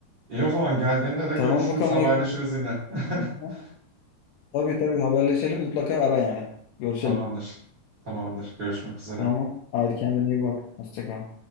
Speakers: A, on the right; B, on the left.
A: İyi o zaman geldiğimde de görüşürüz,
B: Tamam bakalım.
A: haberleşiriz
B: Ege.
A: yine. <laughs>
B: Ha, Tabii tabii haberleşelim. Mutlaka ara yani. Görüşelim.
A: Tamamdır, tamamdır. Görüşmek üzere.
B: Tamam. Haydi kendine iyi bak. Hoşça kal.